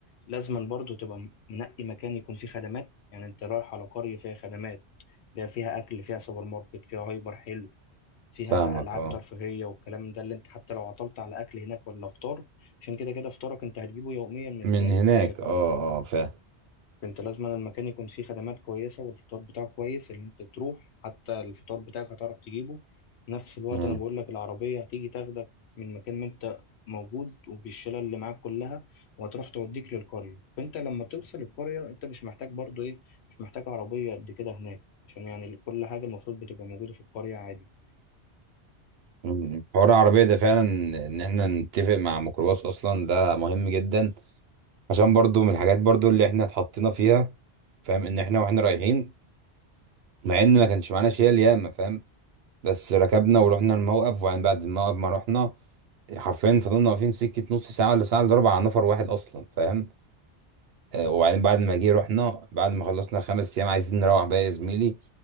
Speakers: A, on the left; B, on the right.
A: لازما برضه تبقى منقي مكان يكون فيه خدمات يعني انت رايح على قرية فيها خدمات لا فيها أكل فيها سوبر ماركت فيها هايبر حلو فيها
B: فاهمك
A: العاب
B: اه
A: ترفيهيه والكلام ده اللي انت حتى لو عطلت على اكل هناك ولا فطار عشان كده كده فطارك انت هتجيبه يوميا من
B: من
A: هناك
B: هناك
A: انت مش هت...
B: اه اه فاهم
A: انت لازم المكان يكون فيه خدمات كويسه والفطار بتاعه كويس اللي انت تروح حتى الفطار بتاعك هتعرف تجيبه نفس الوقت
B: مم.
A: انا بقول لك العربيه هتيجي تاخدك من مكان ما انت موجود وبالشلة اللي معاك كلها وهتروح توديك للقرية فانت لما توصل القرية انت مش محتاج برضو ايه مش محتاج عربية قد كده هناك عشان يعني كل حاجة المفروض بتبقى موجودة في القرية عادي
B: مم. حوار العربية ده فعلا ان احنا نتفق مع ميكروباص اصلا ده مهم جدا عشان برضو من الحاجات برضو اللي احنا اتحطينا فيها فاهم ان احنا واحنا رايحين مع ان ما كانش معانا شيل ياما فاهم بس ركبنا ورحنا الموقف وبعدين بعد الموقف ما رحنا حرفيا فضلنا واقفين سكة نص ساعة ولا ساعة الا ربع على نفر واحد اصلا فاهم آه، وبعدين بعد ما جه رحنا بعد ما خلصنا الخمس ايام عايزين نروح بقى يا زميلي